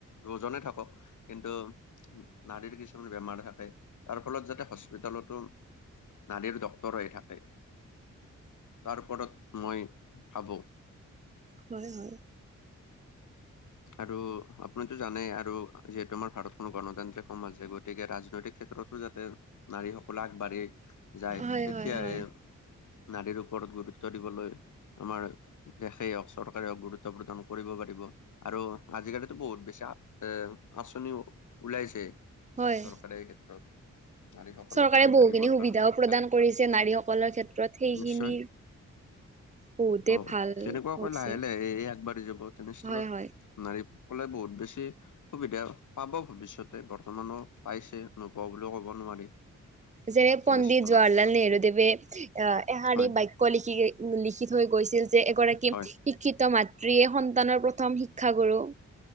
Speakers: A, on the left; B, on the right.
A: দহজনে থাকক কিন্তু নাৰীৰ কিছুমান বেমাৰ থাকে তাৰ ফলত যাতে হস্পিতেলতো নাৰীৰ ডক্তৰ হৈ থাকে তাৰ ওপৰত মই ভাবো
B: হয় হয়
A: আৰু আপুনি জানে আৰু যিহেতু আমাৰ ভাৰতখন গণতান্ত্ৰিক সমাজ গতিকে ৰাজনৈতিক ক্ষেত্ৰতো যাতে নাৰীসকল আগবাঢ়ি যায়
B: হয়
A: তেতিয়াহে
B: হয় হয়
A: নাৰীৰ ওপৰত গুৰুত্ব দিবলৈ আমাৰ দেশেই হওক চৰকাৰে হওক গুৰুত্ব প্ৰদান কৰিব পাৰিব আৰু আজিকালি বহুত বেছি এ আঁচনিও ওলাইছে
B: হয়
A: চৰকাৰে এই ক্ষেত্ৰত নাৰী সকলক
B: চৰকাৰে
A: সুবিধা
B: বহুখিনি
A: দিবৰ
B: সুবিধাও
A: কাৰণে শিক্ষা
B: প্ৰদান কৰিছে নাৰীসকলৰ ক্ষেত্ৰত সেইখিনি
A: নিশ্চয়
B: বহুতে
A: অ
B: ভাল
A: তেনেকুৱাকে
B: হৈছে
A: লাহে লাহে হে আগবাঢ়ি যাব তেনেস্থলত
B: হয় হয়
A: নাৰীসকলে বহুত বেছি সুবিধা পাব ভৱিষ্যতে বৰ্তমানো পাইছে নোপোৱা বুলিও ক'ব নোৱাৰি
B: যেনে
A: তেনেস্থলত
B: পণ্ডিত জৱাহৰলাল নেহৰু দেৱে আহ এহাৰি
A: হয়
B: বাক্য লিখি লিখি থৈ গৈছিল যে এগৰাকী
A: হয়
B: শিক্ষিত মাতৃয়ে সন্তানৰ প্ৰথম শিক্ষা গুৰু